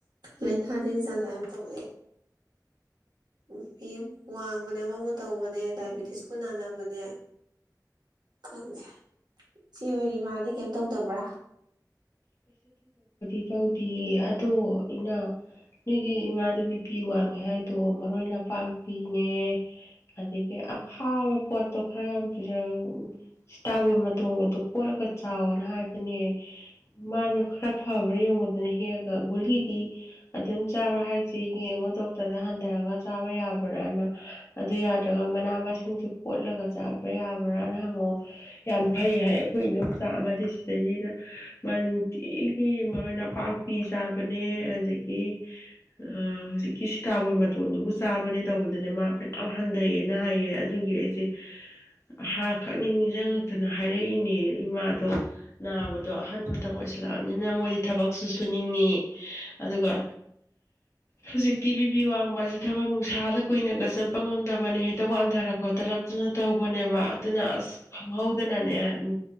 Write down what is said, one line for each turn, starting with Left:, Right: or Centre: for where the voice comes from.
Right: ꯂꯩ ꯊꯥꯖꯦꯟ ꯆꯥꯖ ꯑꯃ ꯇꯧ ꯅꯨ ꯐꯤ ꯋꯥꯡꯕꯅꯦ ꯑꯃꯃ ꯇꯧꯕꯅꯦ ꯗꯥꯏꯕꯦꯇꯤꯁꯄꯨ ꯅꯥꯟꯅ ꯑꯗꯨꯅꯦ ꯈꯪꯗꯦ ꯏꯆꯦꯍꯣꯏ ꯑꯦꯃꯥꯗꯤ ꯀꯩꯝ ꯇꯧꯗꯕ꯭ꯔꯥ
Left: ꯆꯧꯗꯤꯌꯦ ꯇꯣ ꯏꯅꯥꯏ ꯃꯤꯒꯤ ꯏꯃꯥꯗꯨ ꯕꯤꯄꯤ ꯋꯥꯡꯉꯦ ꯍꯥꯏꯗꯣ ꯃꯔꯣꯏ ꯅꯄꯥꯛꯄꯤꯅꯦ ꯑꯗꯒꯤ ꯑꯈꯥꯕ ꯄꯣꯠꯇꯣ ꯈꯔ ꯄꯤ ꯁꯤꯇꯥꯕ ꯀꯣꯠꯂꯒ ꯆꯥꯎꯅ ꯍꯥꯏꯕꯅꯦ ꯃꯥꯗꯣ ꯈꯔ ꯐꯕ꯭ꯔꯥ ꯌꯦꯡꯉꯨꯗꯅ ꯍꯦꯛꯑꯒ ꯄꯨꯍꯤꯗꯤ ꯑꯗꯨꯝ ꯆꯥꯕ ꯍꯥꯏꯁꯦ ꯌꯦꯡꯉꯣ ꯗꯣꯛꯇꯔꯗ ꯍꯟꯊꯔꯒ ꯆꯥꯕ ꯌꯥꯕ ꯕꯔꯅ ꯑꯗꯨ ꯌꯥꯗ꯭ꯔꯒ ꯃꯅꯥ ꯃꯁꯤꯡ ꯨꯡ ꯀꯣꯠꯂꯒ ꯆꯥꯕ ꯌꯥꯕ ꯃꯔꯅ ꯍꯪꯉꯣ
Right: ꯌꯥꯝ
Left: ꯐꯩ ꯍꯥꯏ ꯑꯩꯈꯣꯏ ꯏ ꯑꯗꯨꯝ ꯆꯥꯝꯃꯗꯤ ꯁꯤꯗꯩꯁꯤꯗ ꯅꯨꯡꯇꯤꯒꯤ ꯃꯔꯣꯏ ꯅꯄꯥꯛꯄꯤ ꯆꯥꯕꯅꯦ ꯑꯗꯒꯤ ꯍ ꯑ ꯍꯧꯖꯤꯛꯀꯤ ꯁꯤꯇꯥꯕꯣꯟ ꯃꯇꯣꯟꯗꯨꯕꯨ ꯆꯥꯕꯅꯦ ꯇꯧꯕꯗꯅꯦ ꯃꯥ ꯐꯅ ꯍꯟꯊꯩꯑꯌꯦꯅ ꯍꯥꯏꯌꯦ ꯑꯗꯨꯒꯤ ꯑꯩꯁꯦ ꯍꯥꯔ ꯀꯥꯅꯤꯡꯉꯖ ꯍꯥꯏꯔꯛꯏꯅꯦ ꯃꯥꯗꯣ ꯅꯥꯕꯗꯣ ꯑꯍꯟ ꯃꯇꯝ ꯑꯣꯏꯁꯜꯂꯛꯑꯅꯤꯅ ꯃꯣꯏꯗꯤ ꯊꯕꯛꯁꯨ ꯁꯨꯅꯤꯡꯉꯤ ꯑꯗꯨꯒ ꯍꯧꯖꯤꯛꯇꯤ ꯕꯤꯕꯤꯤ ꯋꯥꯡꯕꯁꯦ ꯊꯕꯛ ꯅꯨꯡꯁꯥꯗ ꯀꯨꯏꯅꯒ ꯆꯠꯄ ꯉꯝꯗꯕꯅꯤ ꯍꯦꯛꯇ ꯋꯥꯟꯊꯔꯛ ꯈꯣꯊꯔꯛꯇꯨꯅ ꯇꯧꯕꯅꯦꯕ ꯑꯗꯨꯅ ꯑꯁ ꯍꯧꯗ ꯅꯅꯦ ꯎ